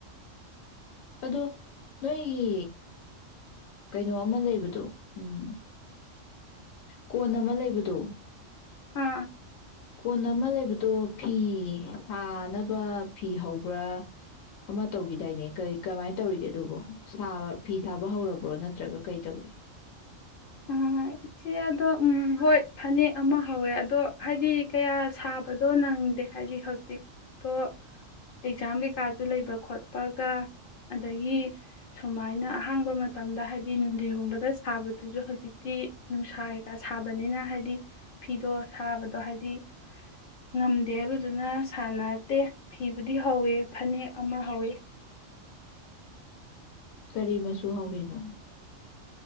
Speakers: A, on the left; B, on the left.
A: ꯑꯗꯣ ꯅꯣꯏꯒꯤ ꯀꯩꯅꯣ ꯑꯃ ꯂꯩꯕꯗꯣ ꯎꯝ ꯀꯣꯟ ꯑꯃ ꯂꯩꯕꯗꯨ
B: ꯑꯥꯝ
A: ꯀꯣꯟ ꯑꯃ ꯂꯩꯕꯗꯣ ꯐꯤ ꯁꯥꯅꯕ ꯐꯤ ꯍꯧꯕ꯭ꯔꯥ ꯑꯃ ꯇꯧꯈꯤꯗꯥꯏꯅꯦ ꯀꯔꯤ ꯀꯃꯥꯏꯅ ꯇꯧꯔꯤꯒꯦ ꯑꯗꯨꯕꯣ ꯁꯥꯕ ꯐꯤ ꯁꯥꯕ ꯍꯧꯔꯕ꯭ꯔꯣ ꯅꯠꯇ꯭ꯔꯒ ꯀꯩ ꯇꯧꯔꯤ
B: ꯑꯥ ꯏꯆꯦ ꯑꯗꯣ ꯎꯝ ꯍꯣꯏ ꯐꯅꯦꯛ ꯑꯃ ꯍꯧꯋꯦ ꯑꯗꯣ ꯍꯥꯏꯗꯤ ꯀꯌꯥ ꯁꯥꯕꯗꯣ ꯅꯪꯗꯦ ꯍꯥꯏꯗꯤ ꯍꯧꯖꯤꯛꯇꯣ ꯑꯦꯛꯖꯥꯝ ꯀꯩꯀꯥꯁꯨ ꯂꯩꯕ ꯈꯣꯠꯄꯒ ꯑꯗꯒꯤ ꯁꯨꯃꯥꯏꯅ ꯑꯍꯥꯡꯕ ꯃꯇꯝꯗ ꯍꯥꯏꯗꯤ ꯅꯨꯡꯊꯤꯟꯒꯨꯝꯕꯗ ꯁꯥꯕꯗ ꯑꯗꯨꯁꯨ ꯍꯧꯖꯤꯛꯇꯤ ꯅꯨꯡꯁꯥ ꯀꯩꯀꯥ ꯁꯥꯕꯅꯤꯅ ꯍꯥꯏꯗꯤ ꯐꯤꯗꯣ ꯁꯥꯕꯗꯣ ꯍꯥꯏꯗꯤ ꯉꯝꯗꯦ ꯑꯗꯨꯗꯨꯅ ꯁꯥꯟꯅꯠꯇꯦ ꯐꯤꯕꯨꯗꯤ ꯍꯧꯋꯦ ꯐꯅꯦꯛ ꯑꯃ ꯍꯧꯋꯤ
A: ꯀꯔꯤ ꯃꯁꯨ ꯍꯧꯔꯤꯅꯣ